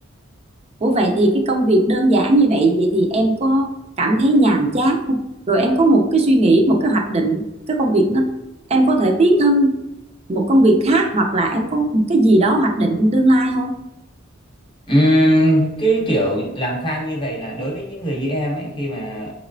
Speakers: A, on the right; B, on the left.
A: Ủa vậy thì cái công việc đơn giản như vậy vậy thì em có cảm thấy nhàm chán không? Rồi em có một cái suy nghĩ, một cái hoạch định, cái công việc nó em có thể tiến thân một công việc khác hoặc là em có một cái gì đó hoạch định tương lai không?
B: Ừm, cái kiểu làm fan như vậy là đối với những người như em ấy khi mà